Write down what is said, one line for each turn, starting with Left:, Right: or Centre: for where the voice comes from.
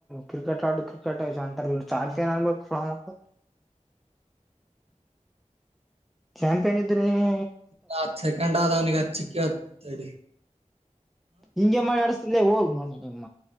Centre: ಕ್ರಿಕೆಟ್ ಆಡು ಕ್ರಿಕೆಟ್ಂತ ಚಾರ್ ಏನ್ ಅನ್ಬೇಕು ಫ್ರಾಮ್ ಕ್ಯಾಂಪ್ ಏನ ಇದ್ರು ನೀಗೆ
Right: ಹತ್ತು ಸೆಕೆಂಡಾದವನಿಗೆ ಹತ್ತು ಸಿಕ್ಕಾಯಿತಡಿ
Centre: ಹಿಂಗೆ ಮಾಡ್ ಅಡ್ಸ್ ಹೋಗ್ ನ